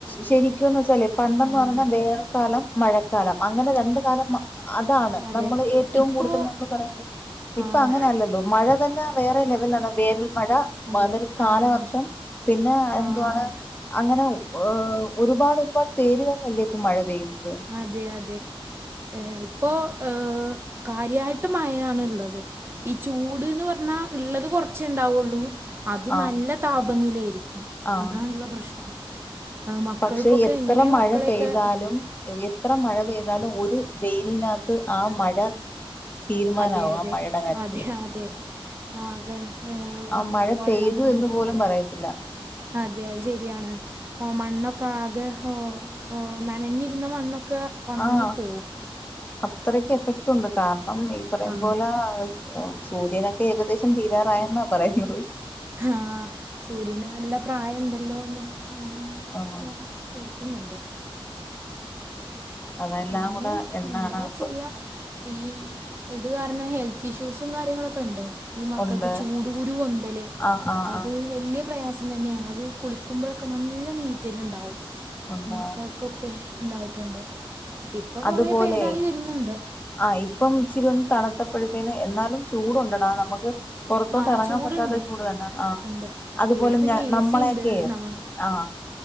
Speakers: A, on the left (about 20°); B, on the right (about 25°).
A: ശരിക്കുംന്ന് വെച്ചാേ പണ്ടന്ന്
B: ആഹ്
A: പറഞ്ഞാൽ വേനൽക്കാലം മഴക്കാലം അങ്ങനെ രണ്ട കാലം മ അതാണ്
B: അതെ
A: നമ്മൾ ഏറ്റവും
B: ഇപ്പോ
A: കൂടുതൽ നമ്മൾ പറയുന്നത് ഇപ്പൊ
B: ആഹ്
A: അങ്ങനെ അല്ലല്ലോ മഴ തന്നെ വേറെ ലെവലണ് വേ മഴ
B: അതെ
A: വ അന്നൊരു കാലവർഷം
B: ആഹ്
A: പിന്നെ എദൂവാണ്
B: ആഹ്
A: അങ്ങനെ ഒരുപാട് ഒരുപാട് പേരുകളല്ലേ ഇപ്പൊ മഴ പെയ്യുന്നത്
B: അതെ അതെ ഇപ്പോ ഏഹ് കാര്യയിട്ട് മയാണ് ഉള്ളത് ഈ ചൂട്ന്ന് പറഞ്ഞാ ഉള്ളത് കൊറച്ച ഇണ്ടാവുള്ളൂ അത്
A: ആഹ്
B: നല്ല താപനയിലായിരിക്കും
A: ആഹ്
B: അതാണല്ലോ പ്രശ്നം അത് മക്കൾക്കൊക്കെ
A: പക്ഷെ എത്ര
B: എങ്ങനെ
A: മഴ
B: മക്കളെയൊക്കെ
A: പെയ്താലും എത്ര മഴ പെയ്താലും ഒരു വെയിലിനകത്ത് ആ മഴ തീരുമാനാവും
B: അതെ അതെ
A: ആ മഴയുടെ കാര്യത്തില്
B: അതെ അതെ ആകെ ഏഹ് വ
A: ആ മഴ
B: വള്ളങ്ങളുക്കെ
A: പെയ്തു എന്ന് പോലും പറയത്തില്ല
B: അതെ അത് ശെരിയാണ് ഓഹ് മണ്ണൊക്കെ ആകെ ഓഹ് ഓഹ് നഞ്ഞി ഇരുന്ന മണ്ണൊക്കെ ഉണങ്ങി
A: ആഹ്
B: പോവും
A: അത്രയ്ക്ക് എഫ ത്തുണ്ട് കാരണം ഈ പറയം
B: ആ
A: പോലെ സൂര്യനൊക്കെ ഏകദേശം തീരാറായന്ന പറയുന്നത്
B: ആഹ് സൂര്യന് നല്ല പ്രായുണ്ടല്ലോന്ന് അങ്ങനെക്ക
A: ആഹ്
B: കേൾക്കുന്നുണ്ട്
A: അതെല്ലാം
B: അങ്ങനെ
A: കൂടെ എന്നാണ്
B: എന്താ
A: ആന്തോ
B: ചെയ്യാ ഈ ഇത് കാരണം ഹെൽത്ത് ഇഷ്യൂസും കാര്യങ്ങളൊക്കെണ്ട് ഈ മക്കൾക്ക്
A: ഉണ്ട്
B: ചൂട് കുരു പോന്തല്
A: ആഹ് ആഹ്
B: അത്
A: ആഹ്
B: വല്ല്യ പ്രയാസം തന്നെയാണ് അത് കുളിക്കുമ്പോഴൊക്കെ നല്ല നീറ്റല ഉണ്ടാവും
A: ഉണ്ടാവും
B: നമുക്ക ഒക്കെ ഉണ്ടായിട്ടുണ്ട് ഇപ്പൊ കുറ
A: അതുപോലെ
B: പേതായി വരുന്നുണ്ട്
A: ആഹ് ഇപ്പം ഇച്ചിരി ഒന്ന് തണുത്തപ്പോഴത്തേന് എന്നാലും ചൂടുണ്ടടാ നമുക്ക് പുറത്തോട്ട
B: ആ
A: ഇറങ്ങാൻ
B: ചൂടുണ്ട്
A: പറ്റാത്ത ചൂട് തന്നെയാണ് ആഹ്
B: ഉണ്ട്
A: അതുപോലെ
B: ഇവിടെ പിന്നെ എ
A: നമ്മളെയൊക്കെയ
B: സി ഉണ്ട് നമ്മൾ
A: ആഹ്